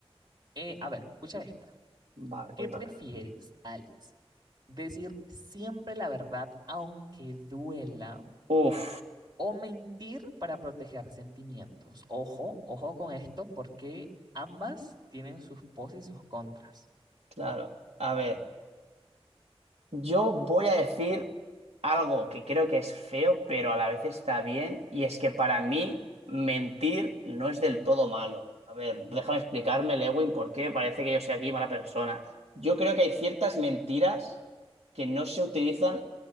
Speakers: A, on the right (about 45°); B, on the right (about 85°).
A: Eh, a ver, escucha esta.
B: vale,
A: ¿Qué
B: cuéntame.
A: prefieres, Alex? ¿Decir siempre la verdad aunque duela
B: Uf,
A: o mentir para proteger sentimientos? Ojo, ojo con esto porque ambas tienen sus pros y sus contras.
B: claro, a ver. Yo voy a decir algo que creo que es feo, pero a la vez está bien, y es que para mí mentir no es del todo malo. A ver, déjame explicarme, Lewin, por qué parece que yo soy aquí mala persona. Yo creo que hay ciertas mentiras que no se utilizan